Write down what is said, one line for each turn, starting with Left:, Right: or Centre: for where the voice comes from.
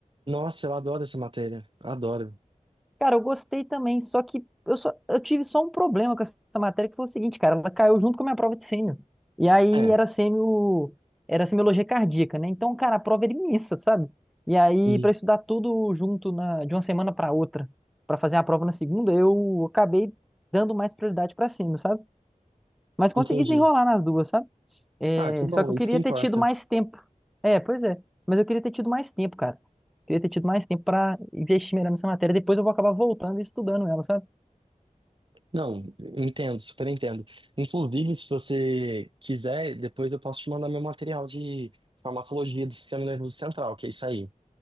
Right: Nossa, eu adoro essa matéria. Adoro.
Centre: Cara, eu gostei também, só que eu, só, eu tive só um problema com essa matéria, que foi o seguinte, cara, ela caiu junto com a minha prova de sêmio. E aí
Right: É,
Centre: era sêmio, era semiologia cardíaca, né? Então, cara, a prova era imensa, sabe? E aí,
Right: en-
Centre: para estudar tudo junto na, de uma semana para outra, para fazer a prova na segunda, eu acabei dando mais prioridade para sêmio, sabe? Mas consegui
Right: entendi.
Centre: desenrolar nas duas, sabe? É,
Right: Ah, que bom,
Centre: só que eu
Right: isso
Centre: queria
Right: que importa.
Centre: ter tido mais tempo. É, pois é. Mas eu queria ter tido mais tempo, cara. Queria ter tido mais tempo pra investir melhor nessa matéria. Depois eu vou acabar voltando e estudando ela, sabe?
Right: Não, entendo, super entendo. Inclusive, se você quiser, depois eu posso te mandar meu material de farmacologia do sistema nervoso central, que é isso aí.